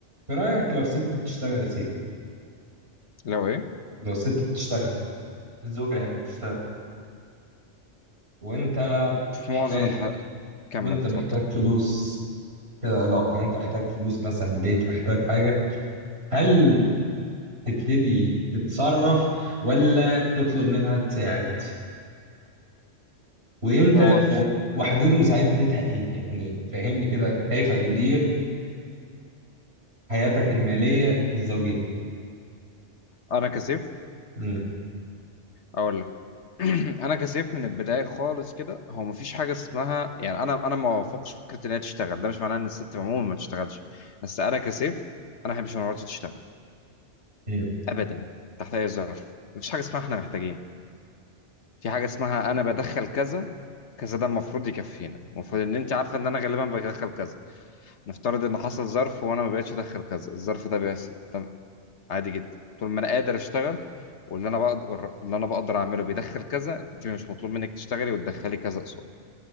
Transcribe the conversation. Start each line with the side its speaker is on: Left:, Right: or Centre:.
Right: في رأيك لو ست بتشتغل يا سيدي
Left: لو ايه
Right: لو ست بتشتغل الزوجة يعني بتشتغل وانت
Left: في
Right: محتاج
Left: معظم الحلقة كمل
Right: وانت
Left: اتفضل
Right: محتاج فلوس في العلاقة يعني انت محتاج فلوس مثلا البيت محتاج حاجة هل تبتدي تتصرف ولا تطلب منها تساعد وامتى
Left: هو في...
Right: وف- وحدود مساعدتها ايه يعني فهمني كده كيف تدير حياتك المالية الزوجية
Left: انا كسيف
Right: امم
Left: اقول لك <clears throat> انا كسيف من البدايه خالص كده هو مفيش حاجه اسمها يعني انا انا ما وافقش فكره ان هي تشتغل ده مش معناه ان الست عموما ما تشتغلش بس انا كسيف انا ما بحبش ان مراتي تشتغل
Right: امم
Left: ابدا تحت اي ظرف مفيش حاجه اسمها احنا محتاجين في حاجه اسمها انا بدخل كذا كذا ده المفروض يكفينا المفروض ان انت عارفه ان انا غالبا بدخل كذا نفترض ان حصل ظرف وانا ما بقتش ادخل كذا الظرف ده بيحصل عادي جدا طول ما انا قادر اشتغل واللي انا بقدر اللي انا بقدر اعمله بيدخل كذا انت مش مطلوب منك تشتغلي وتدخلي كذا قصاد